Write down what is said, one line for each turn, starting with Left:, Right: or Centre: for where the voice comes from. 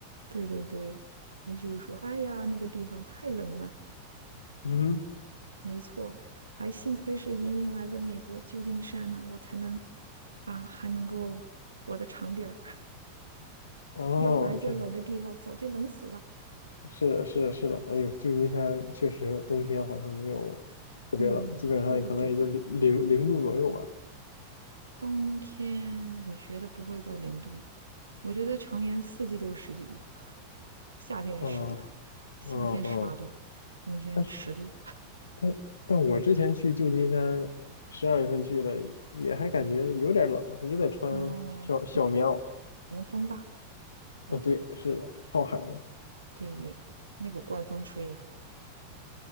Right: 对对对，那就是说，哎呀，那个地方太冷了。
Left: 嗯哼
Right: 没错，还幸亏是移民来了美国旧金山呢、我才能啊，还能够活得长点儿，<laughs>
Left: 哦，
Right: 要不然在冷的地方早就冷死了。
Left: 天，是的，是的，是的。哎呦，旧金山确实冬天好像没有特别冷，
Right: 嗯，
Left: 基本上也可能也就零零零度左右吧。
Right: 对对对，冬天我觉得不会到零度，我觉得常年四季都是十几度，夏天也十几度，
Left: 嗯
Right: 夏天十八度，
Left: 嗯嗯，
Right: 冬天十度。
Left: 但是但但我之前去旧金山，十二月份去的，也还感觉有点冷，也得穿小小棉袄。
Right: 哦，可可能风大，要不，
Left: 啊，对，是的，靠海嘛。
Right: 对对对，那股怪风吹的，